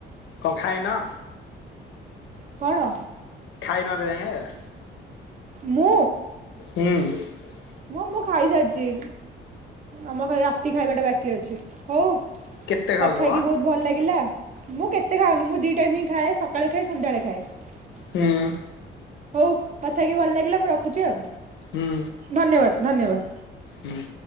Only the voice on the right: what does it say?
କଣ।
ମୁଁ।
ମୁଁ ମୁଁ ଖାଇସାରିଚି ଆମର ଖାଲି ରାତି ଖାଇବାଟା ବାକି ଅଛି ହୋଉ।
କଥା ହେଇକି
ବୋହୁତ ଭଲ ଲାଗିଲା। ମୁଁ କେତେ ଖାଉନି ମୁଁ ଦିଇ ଟାଇମ୍ ହିଁ ଖାଏ ସକାଳେ ଖାଏ ସନ୍ଧ୍ୟାବେଳେ ଖାଏ।
ହୋଉ କଥା କିି ଭଲ ଲାଗିଲା ମୁଁ ରଖୁଚି ଆଉ।
ଧନ୍ୟବାଦ ଧନ୍ୟବାଦ।